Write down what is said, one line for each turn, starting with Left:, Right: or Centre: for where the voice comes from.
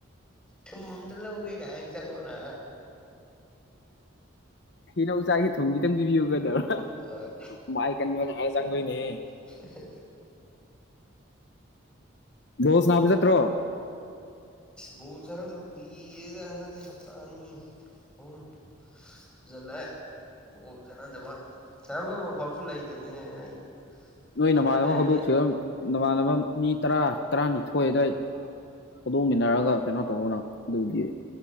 Centre: ꯊꯨꯝꯝꯗ ꯂꯧꯒꯦꯒꯥꯏ ꯍꯖꯒꯣꯔꯥ
Left: ꯍꯤꯩꯅꯧ ꯆꯆꯥꯁꯦ ꯊꯨꯝ ꯈꯤꯇꯪ ꯄꯤꯕꯤꯌꯨꯒꯗꯕ꯭ꯔꯥ
Centre: ꯑ
Left: ꯃꯥ ꯑꯩꯀꯥꯟꯅꯤ ꯃ ꯍꯥꯏ ꯆꯥꯡꯒꯂꯅꯦ
Centre: ꯑꯍꯥ ꯍꯥ
Left: ꯣ ꯁꯅꯥꯕꯤ ꯆꯠꯇ꯭ꯔꯣ
Centre: ꯕꯣꯜ ꯁꯅꯗ ꯀꯨꯏꯌꯦꯗ ꯍꯅꯁꯦ ꯍꯞꯇꯥꯅꯤ ꯑꯍꯨꯝ ꯁꯨꯖꯥꯜꯂꯦ ꯕꯣꯜ ꯆꯥꯟꯅꯗꯕ ꯁꯥꯟꯅꯕ ꯃꯐꯝꯁꯨ ꯂꯩꯗꯤꯅꯦ ꯑꯩ
Left: ꯅꯣꯏ
Centre: ꯈꯨꯟꯗ
Left: ꯅꯃꯥꯟꯅꯕ
Centre: ꯂꯩꯔꯗꯤ
Left: ꯍꯧꯗꯣꯛꯁꯤ ꯅꯃꯥꯟꯅꯕ ꯃꯤ ꯇꯔꯥ ꯇꯔꯥꯅꯤꯊꯣꯏ ꯑꯗꯨꯗꯋꯥꯏꯗ ꯄꯨꯗꯣ꯫ꯡꯃꯤꯟꯅꯔꯒ ꯀꯩꯅꯣ ꯇꯧꯕꯅ ꯑꯗꯨꯗꯤ